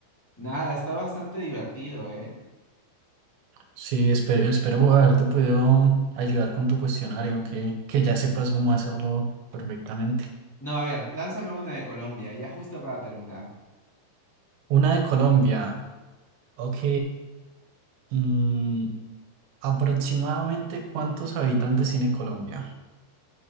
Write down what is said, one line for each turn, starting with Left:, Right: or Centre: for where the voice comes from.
Centre: nada, está bastante divertido, ¿eh?
Right: Sí, espero, espero haberte podido ayudar con tu cuestionario, que, que ya sepas cómo hacerlo perfectamente.
Centre: No, a ver, lánzame una de Colombia, ya justo para terminar.
Right: Una de Colombia. Ok. mm, Aproximadamente, ¿cuántos habitantes tiene Colombia?